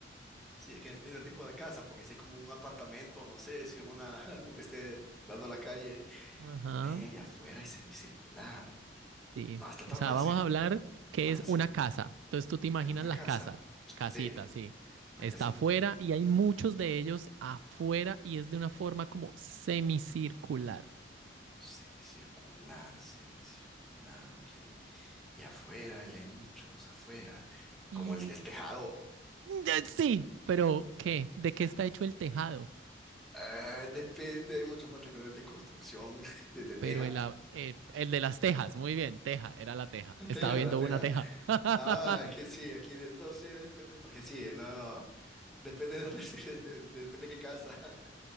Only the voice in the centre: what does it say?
Sí, es que depende del tipo de casa, porque si es como un apartamento, no sé, si es una, <laughs> algo que esté dando a la calle.
Eh, y afuera y semicircular.
No está tan
fácil.
No
la siento.
Es una
casa.
Sí,
una
casita.
Semicircular, semicircular, ok. Y afuera, y hay muchos afuera,
como el,
el tejado.
Ah, depende, hay muchos materiales de construcción, <laughs> de, de
teja,
la
teja,
la teja.
Ah, es que sí, aquí de- no sé, depende, porque sí, no, depende de dónde <laughs> se- de- depende de qué casa. <laughs>